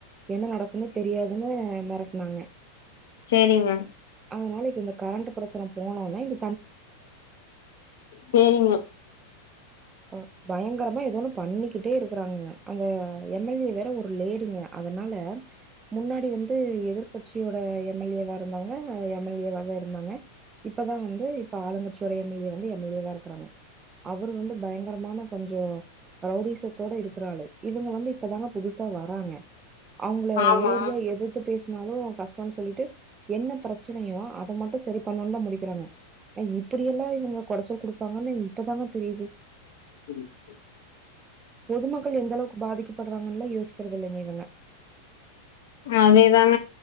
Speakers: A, on the right; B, on the left.
A: என்ன நடக்குன்ன தெரியாதுன்னு மெரட் நாங்க
B: செரிங்க
A: அதனால இப்ப இந்த கரண்ட் பிரச்சன போனோவுன்னே இது
B: செரிங்க
A: அ பயங்கரமா ஏதோண்ணு பண்ணி கிட்டே இருக்கிறாங்கங்க அந்த எம் எல் ஏ வேற ஒரு லேடிங்க அதனால முன்னாடி வந்து எதிர்கட்சியோட எம் எல் ஏ வா இருந்தவங்க எம் எல் ஏ வாவே இருந்தாங்க இப்பதா வந்து இப்ப ஆளுங்கட்சியோட எம் எல் எ வந்து எம் எல் ஏ வா இருக்குறாங்க அவரு வந்து பயங்கரமான கொஞ்சோ ரௌடீசத்தோட இருக்கிறாளு இவுங்க வந்து இப்பதாங்க புதுசா வராங்க அவுங்கள
B: ஆமா.
A: ஒரேடியா எதிர்த்து பேச னாலு கஷ்டோ சொல்லிட்டு என்ன பிர ச்சனையு அத மட்டு சரி பண்ணனு தா முடி க்கிறவ இப்டியெல்லா இவுங்க கொடைச்சல் குடுப்பாங்கன்னு இப்பதாங்க தெரிது
B: புரிது.
A: பொதுமக்கள் எந்த அளவுக்கு பாதிக்க படுறாங்கல்ல யோசிக்கறது இல்லங்க இவுங்க.
B: அதேதான